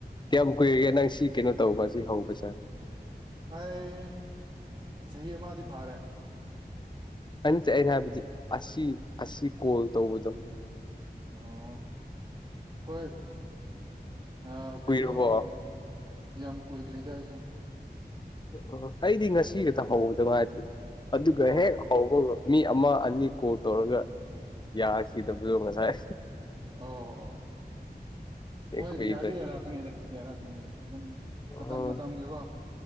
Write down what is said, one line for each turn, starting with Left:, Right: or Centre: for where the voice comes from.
Left: ꯀꯌꯥꯝ ꯀꯨꯏꯔꯒꯦ ꯅꯪ ꯁꯤ ꯀꯩꯅꯣ ꯇꯧꯕ ꯁꯤ ꯍꯧꯕꯁꯦ
Right: ꯑꯩ ꯆꯍꯤ ꯑꯃꯗꯤꯗꯤ ꯐꯥꯔꯦ
Left: ꯑꯩꯅ ꯆꯠꯅ ꯍꯥꯏꯕꯗꯤ ꯑꯁꯤ ꯑꯁꯤ ꯀꯣꯜ ꯇꯧꯕꯗꯣ
Right: ꯑꯣ ꯑꯩꯈꯣꯏ ꯑ
Left: ꯀꯨꯏꯔꯕꯣ
Right: ꯀꯩꯅꯣ ꯌꯥꯝ ꯀꯨꯏꯗ꯭ꯔꯤꯗ ꯑꯩꯁꯨ
Left: ꯑꯣ ꯑꯩꯗꯤ ꯉꯁꯤ ꯈꯇ ꯍꯧꯕꯗ ꯃꯥꯗꯦ ꯑꯗꯨꯒ
Right: ꯑꯣ
Left: ꯍꯦꯛ ꯍꯧꯕꯒ ꯃꯤ ꯑꯃ ꯑꯅꯤ ꯀꯣꯜ ꯇꯧꯔꯒ ꯌꯥꯈꯤꯗꯕꯗꯣ ꯉꯁꯥꯏ
Right: ꯑꯣ ꯑꯣ ꯍꯣꯏ
Left: ꯀꯨꯏꯗ꯭ꯔꯦ
Right: ꯌꯥꯔꯤ ꯌꯥꯔꯛꯀꯅꯤꯗ ꯌꯥꯔꯛꯀꯅꯤꯗ ꯑꯗꯨꯝ
Left: ꯎꯝ
Right: ꯃꯇꯝ ꯃꯇꯝꯒꯤꯀꯣ